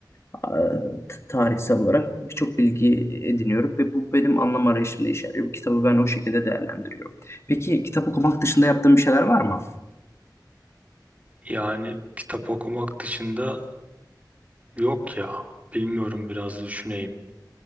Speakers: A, on the left (about 35°); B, on the right (about 20°).
A: e, t- tarihsel olarak birçok bilgi ediniyorum ve bu benim anlam arayışımda işe yarıyor. Bu kitabı ben o şekilde değerlendiriyorum. Peki kitap okumak dışında yaptığın bir şeyler var mı?
B: Yani kitap okumak dışında yok ya. Bilmiyorum biraz düşüneyim.